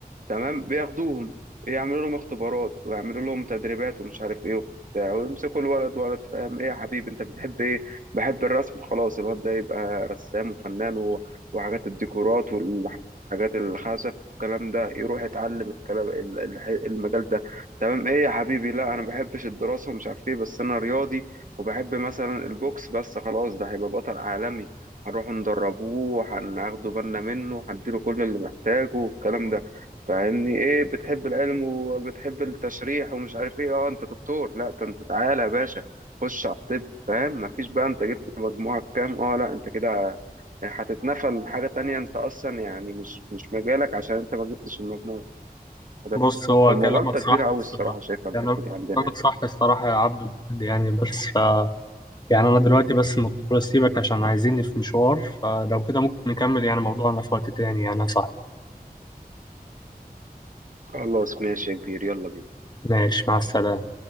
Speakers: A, on the right; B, on the left.
A: تمام بياخدوهم يعملوا لهم اختبارات ويعملوا لهم تدريبات ومش عارف ايه وبتاع ويمسكوا الولد ولد فاهم ايه يا حبيبي انت بتحب ايه بحب الرسم خلاص الواد ده يبقى رسام وفنان و... وحاجات الديكورات والحاجات الخزف والكلام ده يروح يتعلم الكلام ال- ال- المجال ده تمام ايه يا حبيبي لا انا ما بحبش الدراسة ومش عارف ايه بس انا رياضي وبحب مثلا البوكس بس خلاص ده هيبقى بطل عالمي هنروح ندربوه هناخده بالنا منه هنديله كل اللي محتاجه والكلام ده فاهمني ايه بتحب العلم وبتحب التشريح ومش عارف ايه اه انت دكتور لا ده انت تعالى يا باشا خش على الطب فاهم مفيش بقى انت جبت مجموعة كام اه لا انت كده هتتنفل حاجة تانية انت اصلا يعني مش مش مجالك عشان انت ما جبتش المجموع ده
B: بص هو
A: فمغالطة
B: كلامك
A: كبيرة
B: صح
A: قوي
B: الصراحة
A: الصراحة شايفها الحتة
B: كلام-
A: دي عندنا
B: كلامك
A: يعني
B: صح الصراحة يا عبدو بجد يعني بس ف... يعني أنا دلوقتي بس مضطر أسيبك عشان عايزيني في مشوار فلو كده ممكن نكمل يعني موضوعنا في وقت تاني يعني صح
A: خلاص ماشي يا كبير يلا بينا
B: ماشي مع السلامة